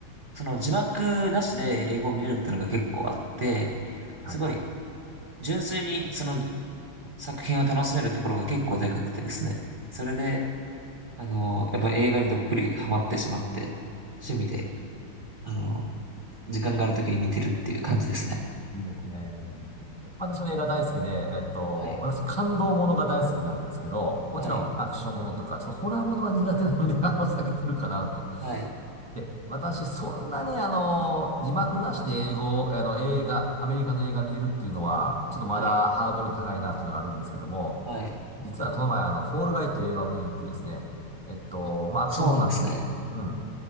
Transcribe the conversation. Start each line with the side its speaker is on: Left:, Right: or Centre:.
Right: その字幕なしで英語を見れるっていうのが結構あって、すごい、
Centre: はいはいはい。
Right: 純粋にその作品を楽しめるところが結構でかくてですね。それで、あの、やっぱ映画にどっぷりハマってしまって、趣味で、あの、時間がある時に見てるっていう感じですね。
Centre: いいですね。私も映画大好きで、えっと、
Right: はい、
Centre: 私感動ものが大好きなんですけど、もちろんアクションものとか、
Right: はい、
Centre: ちょっとホラーものは苦手なんで、<laughs> あの、避けてるかなと。
Right: はい、
Centre: で、私、そんなにあの、字幕なしで英語、あの、映画、アメリカの映画見れるっていうのは、ちょっとまだハードル高いなっていうのがあるんですけども、
Right: はい、はい。
Centre: 実はこの前あの、フォールガイっていう映画を見に行ってですね、えっと、
Right: あ、
Centre: まあ、
Right: そうなんですね。
Centre: アクションもんなんですね。うん。